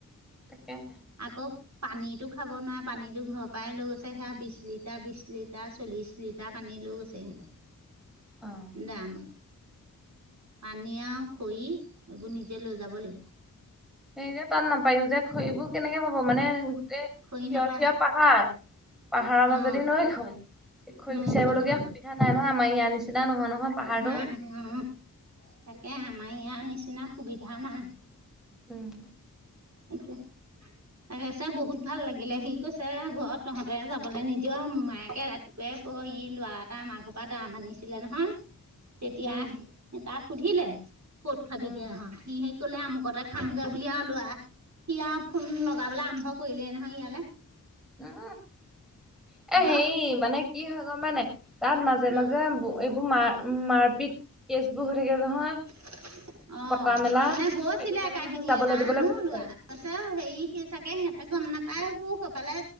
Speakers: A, in the centre; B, on the right.
A: তাকেহে
B: আকৌ পানীটো খাব নোৱাৰে পানীতো ঘৰ পৰাই লৈ গৈছে সেয়া বিশ লিটাৰ বিশ লিটাৰ চল্লিছ বিশ লিটাৰ পানী লৈ গৈছে সিহঁতে
A: অ',
B: দামত পানী আৰু খৰি এইবোৰ নিজে লৈ যাব লাগিব
A: সেই যে তাত নাপাও যে খৰিবোৰ কেনেকে পাব মানে গোটেই
B: খৰি
A: থিয়
B: নাপায়
A: থিয় পাহাৰ পাহাৰৰ মাজেদি
B: অ
A: নৈখন খৰি
B: নৈখন
A: বিচাৰিব লগীয়া
B: অ
A: সুবিধা নাই নহয় আমাৰ ইয়াৰ নিচিনা নহয় নহয় পাহাৰটো
B: নাই অ তাকে আমাৰ ইয়াৰ নিচিনা সুবিধা নাই
A: উম
B: সেইটোৱেই তাকছে বহুত ভাল লাগিলে সি কৈছে ঘৰত তহঁতে যাবলৈ নিদিয় মায়েকে ৰাতিপুৱাই অ ই লৰা এটা আমাৰ ঘৰ পৰা দাম আনিছিলে নহয় তেতিয়া
A: উম,
B: তাক সুধিলে ক'ত খাবিগে
A: উম।
B: সি সেই কলে আমুকতে খামগে বুলিয়ে আও লৰা সিয় ফোন লগাবলৈ আৰম্ভ কৰিলে নহয় ইয়ালে
A: হম এ
B: হেল্ল'
A: হেৰি মানে কি হয় গম পাই নাই তাত মাজে
B: অ
A: মাজে মাৰ মাৰ পিত কেচ বোৰ হৈ থাকে নহয়
B: <unintelligible> অ
A: কটা মেলা
B: তাৰমানে হৈছিলে
A: সেইটো কাৰণে
B: কাহানি
A: মানে যাবলৈ
B: এটা
A: দিবলৈ
B: হেনো
A: ভয়
B: লৰা
A: কৰে।
B: হেৰি চাগে সিহঁতে গম নাপায় বোৰ সেইফালে